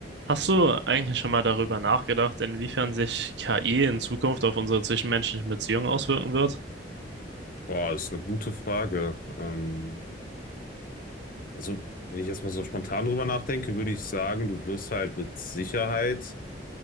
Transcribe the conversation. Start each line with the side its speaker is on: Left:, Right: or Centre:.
Right: Hast du eigentlich schon mal darüber nachgedacht, inwiefern sich KI in Zukunft auf unsere zwischenmenschlichen Beziehungen auswirken wird?
Left: Boah, das ist eine gute Frage. Ähm, also, wenn ich jetzt mal so spontan drüber nachdenke, würde ich sagen, du wirst halt mit Sicherheit